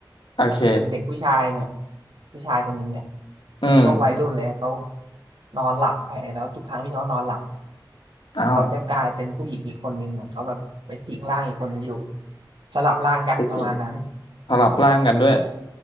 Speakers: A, on the left (about 80°); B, on the right (about 85°).
A: โอเค
B: เป็นเด็กผู้ชายเนี่ยผู้ชายคนหนึ่งเนี่ย
A: อืม
B: เป็นช่วงวัยรุ่นเลยเขานอนหลับไปแล้วทุกครั้งที่เขานอนหลับเนี่ย
A: อ้าว
B: เขาจะกลายเป็นผู้หญิงอีกคนหนึ่งเหมือนเขาแบบไปสิงร่างอีกคนหนึ่งอยู่สลับร่างกันประมาณนั้น
A: ไปสิสลับร่างกันด้วย